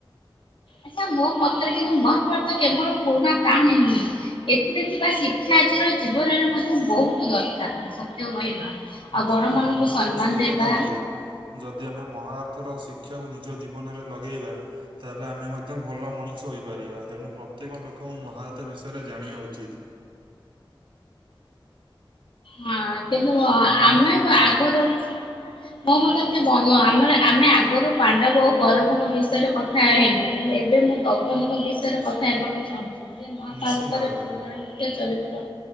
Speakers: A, on the left; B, on the right.
A: ଆଚ୍ଛା ମୋ ମତରେ କିନ୍ତୁ ମହାଭାରତ କେବଳ ପୁରୁଣା କାହାଣୀ ନୁହେଁ। ଏଥିରେ ଥିବା ଶିକ୍ଷା ଆଜିର ଜୀବନରେ ମଧ୍ୟ ବହୁତ ଦରକାର ସତ୍ୟ କହିବା। ଆଉ
B: ନିଶ୍ଚିନ୍ତ
A: ବଡମାନଙ୍କୁ
B: ମୁଁ ମଧ୍ୟ
A: ସମ୍ମାନ
B: ସେଇ
A: ଦେବା
B: କଥା ଭାବେ। ଯଦି ଆମେ ମହାହାରତର ଶିକ୍ଷାକୁ ନିଜ ଜୀବନରେ ଲଗେଇବା। ତା ହେଲେ ଆମେ ମଧ୍ୟ ଭଲ ମଣିଷ ହୋଇପାରିବା ତେଣୁ ପ୍ରତ୍ୟେକ ଲୋକଙ୍କୁ ମହାଭତ ବିଷୟରେ ଜାଣିବା ଉଚିତ୍।
A: ହଁ କିନ୍ତୁ
B: ଆପଣଙ୍କ
A: ଆମେ
B: ମତରେ କ'ଣ?
A: ଆଗରୁ ମୁଁ ମୋ ମତରେ ବଧ ଆମର ଆମେ ଆଗରୁ ପାଣ୍ଡବ ଓ ଗୌରବଙ୍କ ବିଷୟରେ କଥା ହେବୁୁ ଏବେ ଭଗବାନଙ୍କ ବିଷୟରେ କଥା ହେବାକୁ ଚାହୁଁଛିୁ ଯେ ମହାଭାରତରେ
B: ନିଶ୍ଚିତ ଭାବରେ।
A: ପ ଜଣ ଚରିତ୍ର